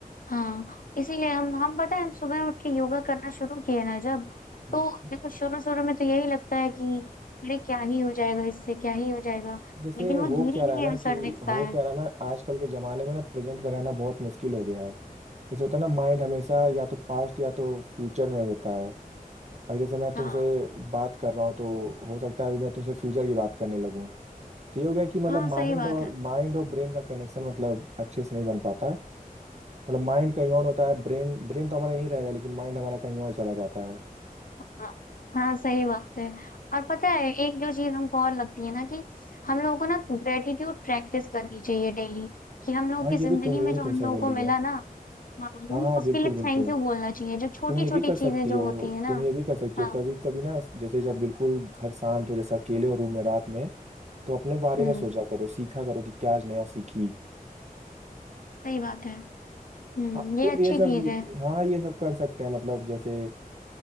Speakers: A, on the left; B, on the right.
A: हाँ इसीलिए हम हम पता है हम सुबह उठ के योगा करना शुरू किए ना जब
B: है
A: तो देखो शुरू शुरू में तो यही लगता है कि अरे क्या ही हो जाएगा इससे क्या ही हो जाएगा
B: जैसे
A: लेकिन
B: हो
A: वो धीरे
B: क्या रहा
A: धीरे
B: है ना
A: असर
B: कि
A: दिखता
B: हो
A: है
B: क्या रहा है ना आजकल के जमाने में ना प्रेजेंट में रहना बहुत मुश्किल हो गया है जैसे होता है ना माइंड हमेशा या तो पास्ट या तो फ्यूचर में होता है अब जैसे मैं तुमसे
A: हाँ
B: बात कर रहा हूँ तो हो सकता है अभी मैं तुमसे फ्यूचर की बात करने लगूँ तो ये हो गया कि मतलब
A: हाँ
B: माइंड
A: सही बात
B: और
A: है
B: माइंड और ब्रेन का कनेक्शन मतलब अच्छे से नहीं बन पाता है मतलब माइंड कहीं और होता है ब्रेन ब्रेन तो हमारा यहीं रहेगा लेकिन माइंड हमारा कहीं और चला जाता है
A: हाँ हाँ, सही बात है और पता है एक जो चीज हमको और लगती है ना कि हम लोगों को ना ग्रेटिट्यूड प्रैक्टिस करनी चाहिए डेली कि हम लोगों
B: हाँ
A: की
B: ये
A: जिंदगी
B: भी तुम
A: में
B: ये भी
A: जो
B: तुमसे
A: हम लोगों
B: बोल
A: को
B: रही
A: मिला
B: हो
A: ना हाँ, हमें
B: हाँ हाँ
A: उसके
B: बिल्कुल
A: लिए
B: बिल्कुल
A: थैंक यू बोलना चाहिए जो छोटी
B: तुम ये
A: छोटी
B: भी कर
A: चीजें
B: सकती
A: जो
B: हो
A: होती है ना
B: तुम ये भी कर सकती
A: हाँ
B: हो कभी कभी ना जैसे जब बिल्कुल घर शांत हो जैसे अकेले हो रूम में रात में तो अपने बारे
A: हम्म
B: में सोचा करो सीखा करो कि क्या आज नया सीखी
A: सही बात है हम्म
B: हाँ,
A: ये
B: मतलब
A: अच्छी
B: ये सब
A: चीज है
B: हाँ ये सब कर सकते हैं मतलब जैसे अ,